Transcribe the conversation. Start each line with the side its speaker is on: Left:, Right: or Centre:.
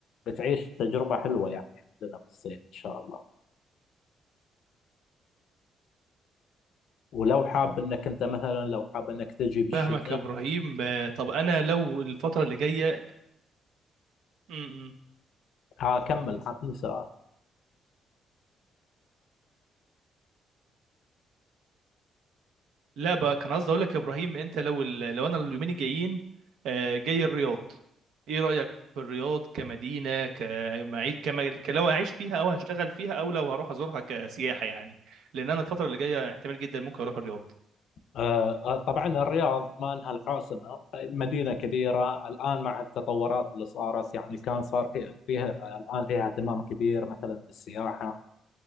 Left: بتعيش تجربة حلوة يعني عندنا بالصيف إن شاء الله ولو حاب إنك أنت مثلا لو حاب إنك تجي بالشتاء
Right: فاهمك يا ابراهيم ب- طب انا لو الفترة اللي جاية مم.
Left: هكمل عطني سؤال
Right: لا بقى كان قصدي اقول لك يا ابراهيم انت لو ال... لو انا اليومين الجايين آه، جاي الرياض ايه رايك في الرياض كمدينه كمعيد كما ك- لو اعيش فيها او هشتغل فيها او لو هروح ازورها كسياحه يعني لان انا الفتره اللي جايه احتمال جدا ممكن اروح الرياض
Left: آه، آه، طبعا الرياض ما انها العاصمه مدينه كبيره الان مع التطورات اللي صارت يعني كان صار في- فيها آه، الان فيها اهتمام كبير مثلا بالسياحه